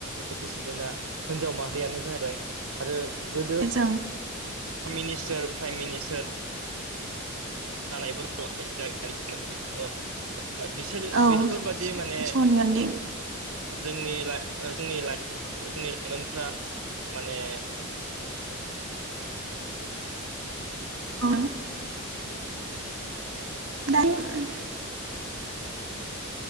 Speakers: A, on the right; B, on the right.
A: प्रेसिडेन्टआ हिनजाव माहारियानो जाहैबाय आरो गोदो
B: जों
A: मिनिस्टार प्राइम मिनिस्टार जानायबो दङ। बिसोर
B: औ
A: बेफोरबादि माने
B: सनियान्दि
A: जोंनि जों जोंनि लाइमोनफ्रा माने
B: अ दाइमर